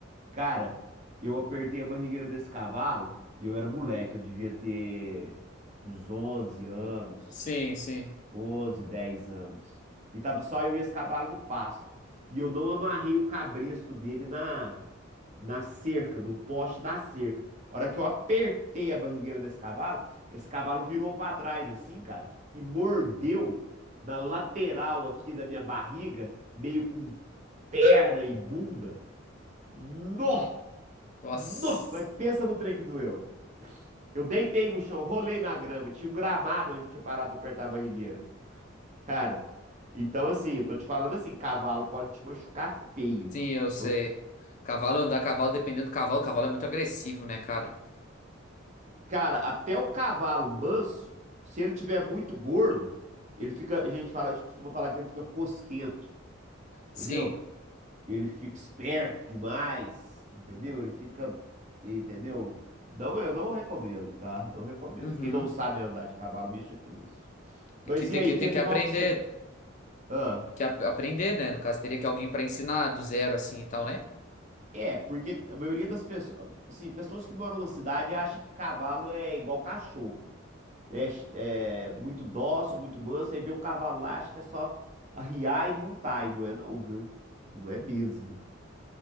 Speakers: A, on the right; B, on the left.
A: Cara, eu apertei a barrigueira desse cavalo e eu era moleque, eu devia ter uns 11 anos.
B: sim, sim.
A: 11, 10 anos. E tava só eu e esse cavalo no pasto. E eu não amarrei o cabresto dele na, na cerca, no poste da cerca. A hora que eu apertei a barrigueira desse cavalo, esse cavalo virou pra trás assim, cara, e mordeu na lateral aqui da minha barriga, meio com perna e bunda. Nó!
B: Nossa,
A: Nó! Mas pensa no trem que doeu. Eu deitei no chão, rolei na grama, tinha um gramado onde eu tinha parado pra apertar a barrigueira. Cara, então assim, eu tô te falando assim, cavalo pode te machucar feio.
B: sim, eu sei.
A: Então,
B: Cavalo andar, cavalo, dependendo do cavalo, cavalo é muito agressivo, né, cara?
A: cara, até o cavalo manso, se ele tiver muito gordo, ele fica, a gente fala, a gente costuma falar que ele fica cosquento, entendeu?
B: Sim,
A: Ele fica esperto demais, entendeu? Ele fica, entendeu? Não, eu não recomendo, tá? Não recomendo.
B: uhum.
A: Quem não sabe andar de cavalo, mexa com isso. Mas
B: É Que tem
A: e aí,
B: que,
A: que
B: tem
A: animal
B: que aprender,
A: que você... Ah.
B: que a- aprender, né? No caso, teria que alguém pra ensinar do zero, assim, e tal, né?
A: É, porque a maioria das pessoas, assim, pessoas que moram na cidade acha que cavalo é igual cachorro. É, é muito dócil, muito manso, aí vê o cavalo lá, acha que é só arriar e montar, e não é não, viu? Não é mesmo,